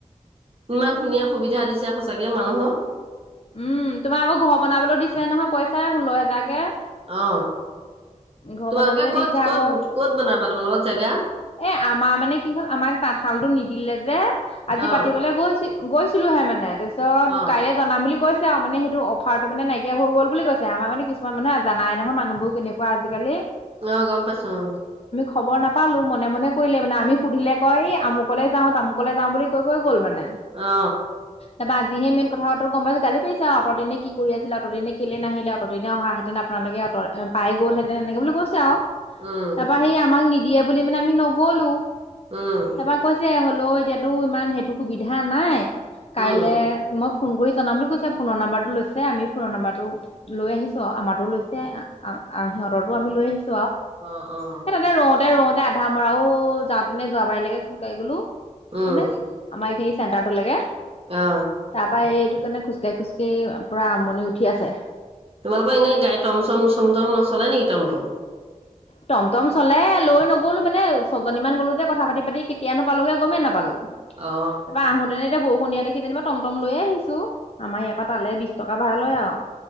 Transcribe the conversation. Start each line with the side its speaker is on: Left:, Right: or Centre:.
Right: ইমান ধুনীয়া সুবিধা দিছে সঁচাকে মানুহক
Left: উম তোমাৰ আকৌ ঘৰ বনাবলৈ দিছে নহয় পইচা ষোল্ল হেজাৰকে
Right: অ
Left: ঘৰ
Right: তোমালোকে
Left: বনাবলে
Right: ক'ত
Left: দিছে
Right: ক'ত
Left: আকৌ
Right: ক'ত বনাবা তোমালোকৰ জেগা
Left: এ আমাৰ মানে কি হ'ল আমাক তাঁতশালতটো নিদ দিলে যে আজি
Right: অ
Left: পাতিবলৈ গৈছিল গৈছিলো হে মানে পিছত
Right: অ
Left: কাইলৈ জনাম বুলি কৈছে আৰু মানে সেইটো অফাৰটো মানে নাইকিয় হৈ গল বুলি কৈছে আমাৰ মানে কিছুমান মানে জানাই নহয় মানুহবোৰ কেনেকুৱা আজিকালি
Right: অ গম পাইছোঁ
Left: খব <unintelligible>
Right: অ অ
Left: তাপা যিহে মন কথাাৰ গম গালি পাইছে অ'ৰ দিনে কি কৰি আছিলে অট দিনে কেলে নাহিলে অটদিনে অহােতেন আপোনালোকে অট পাই গলহেতেন এনেকে বুলি কৈছে আৰু
Right: উম
Left: তাৰপা সেই আমাক নি দিয়ে বুলি মানে আমি নগলো
Right: উম
Left: তাৰপৰা কৈছে হ'লে ল এতিয়াতো ইমান সেইটো সুবিধা নাই কাইলে
Right: উম
Left: মই ফোন কৰি জনাম বুলি কৈছে ফোনৰ নম্বাৰটো লৈছে আমি ফোনৰ নম্বাৰটো লৈ আহিছো আমাৰো লৈছে সিহঁতৰো আমি লৈ আহিছো সেই
Right: অ অ
Left: তাতে ৰওঁতে ৰওঁতে ধামৰাও যাওঁতেনে যোৱাবাৰ লাগে খোজকাঢ়ি গলো হয়ানে
Right: উম
Left: আমাৰ এইখিনি চেণ্টাৰটোলৈকে
Right: অ
Left: তাৰপৰা নে খু খোাই খোজকাঢ়ি পুৰা আমনি উঠি আছে
Right: তোমালোকৰ এনেই গাই টম চম চম চম নচলে নেকি টম টম
Left: টমটম চলে লৈ নগলো মানে ছজনীমান গলো যে কথা পাতি পাতি কেতিয়াানো পালোোগে গমেই নাপালো
Right: অ
Left: তাৰপা আহোতেনে এতিয়া বহু সন্ধিয়া দেখি যেনিবা টমটম লৈে আহিছো আমাৰ ইয়াৰ পৰা তালে বিশ টকা ভাল লয় আৰু